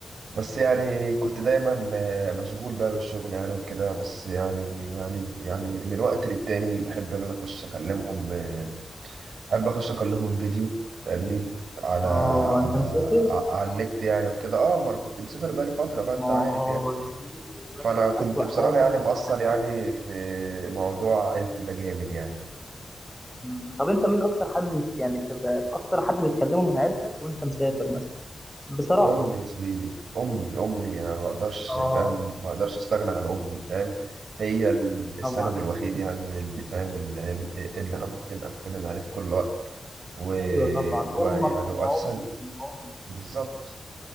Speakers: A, on the right; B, in the centre.
A: بس يعني كنت دايما آه، مشغول بقى بالشغل يعني وكده بس يعني يعني يعني من الوقت للتاني بحب ان انا اخش اكلمهم آه، احب اخش اكلمهم فيديو فاهمني على
B: اه
A: على
B: انت مسافر
A: ع- على النت يعني وكده اه ما انا كنت مسافر بقالي فتره بقى
B: ما
A: انت
B: هو
A: عارف
B: اه
A: يعني
B: يا زميلي خلي بالك
A: فانا كنت
B: أسوأ
A: بصراحه
B: حاجة
A: يعني مقصر
B: أسوأ حاجة
A: يعني
B: إنك-
A: في موضوع عيلتي ده جامد يعني
B: مم. طب أنت مين أكتر حد بت- يعني بتبقى أكتر حد بتكلمه من عيلتك وأنت مسافر مثلا بصراحة
A: امي يا زميلي امي امي يعني ما اقدرش
B: اه
A: فاهم ما اقدرش استغنى عن امي فاهم هي ال- السند
B: طبعا
A: الوحيد يعني اللي فاهم اللي, اللي انا ممكن اتسند عليه في كل وقت و...
B: أيوه طبعا امك
A: ويعني
B: ثم
A: واساسا
B: امك ثم امك
A: بالظبط